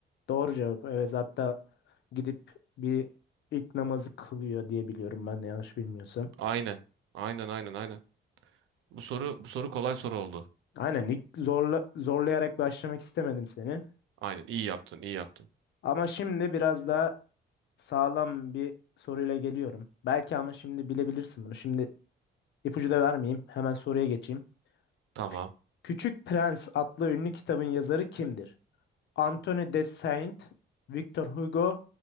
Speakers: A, on the left; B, on the right.
A: doğru cevap. Evet hatta gidip bir ilk namazı kılıyor diye biliyorum ben de yanlış bilmiyorsam.
B: Aynen. Aynen aynen aynen. Bu soru bu soru kolay soru oldu.
A: Aynen ilk zorla, zorlayarak başlamak istemedim seni.
B: Aynen iyi yaptın iyi yaptın.
A: Ama şimdi biraz daha sağlam bir soruyla geliyorum. Belki ama şimdi bilebilirsin bunu. Şimdi ipucu da vermeyeyim. Hemen soruya geçeyim.
B: Tamam.
A: Kü- Küçük Prens adlı ünlü kitabın yazarı kimdir? Anthony de Saint, Victor Hugo,